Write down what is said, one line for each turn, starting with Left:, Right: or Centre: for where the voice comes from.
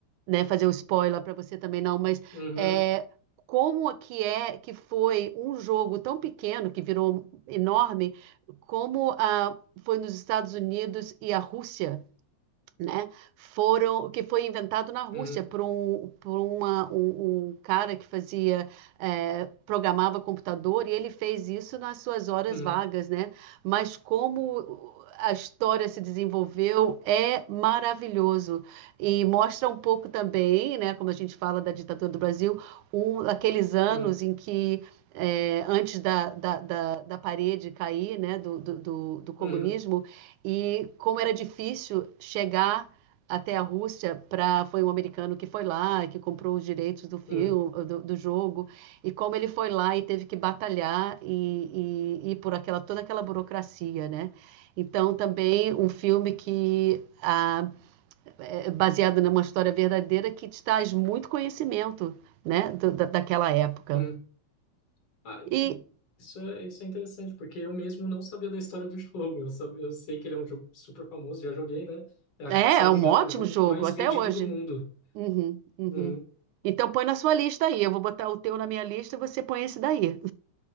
Right: né, fazer o spoiler para você também não, mas
Left: uhum.
Right: é, como que é que foi um jogo tão pequeno que virou enorme, como a foi nos Estados Unidos e a Rússia né, foram, que foi inventado na Rússia
Left: Uhum,
Right: por um, por uma, um, um cara que fazia, eh, programava computador e ele fez isso nas suas horas
Left: uhum,
Right: vagas, né? Mas como a história se desenvolveu é maravilhoso e mostra um pouco também, né, como a gente fala da ditadura do Brasil, um, aqueles anos
Left: uhum,
Right: em que eh, antes da, da, da, da parede cair, né, do, do, do do comunismo,
Left: uhum,
Right: e como era difícil chegar até a Rússia para foi um americano que foi lá que comprou os direitos do filme
Left: uhum,
Right: do, do jogo e como ele foi lá e teve que batalhar e, e, e por aquela toda aquela burocracia né então também um filme que ah, é baseado numa história verdadeira que te traz muito conhecimento né do, da, daquela época
Left: uhum, Ah,
Right: e
Left: isso é, isso é interessante, porque eu mesmo não sabia da história do <laughs> jogo. Eu, sab- eu sei que ele é um jogo super famoso, já joguei, né? Eu acho
Right: é,
Left: que, se
Right: é
Left: eu não
Right: um
Left: me engano,
Right: ótimo
Left: é o jogo
Right: jogo
Left: mais
Right: até
Left: vendido
Right: hoje
Left: do mundo.
Right: Uhum, uhum.
Left: Uhum.
Right: Então põe na sua lista aí. Eu vou botar o teu na minha lista e você põe esse daí.